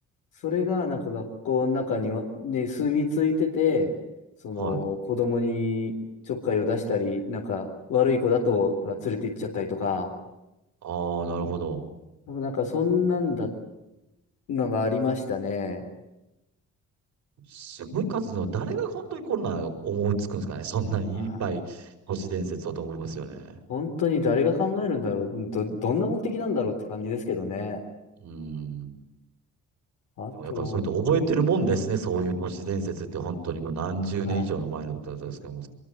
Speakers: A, on the left; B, on the right.
A: それがなんか学校の中には、ね、住み着いてて、その子供にちょっかいを出したり、
B: はい。
A: なんか悪い子だとなんか連れて行っちゃったりとか、
B: ああ、なるほど。
A: なんかそんなんだ、のがありましたね。
B: すごい数の、誰が本当にこんな思いつくんですかね。そんなにいっぱい都市伝説だと思いますよね。
A: はあ、本当に誰が考えるんだろう、ど、どんな目的なんだろうって感じですけどね。
B: うん。
A: あと、
B: でもやっぱそれと覚えてるもんですね。そういう都市伝説って本当にもう何十年以上の前のことですけども。
A: はい、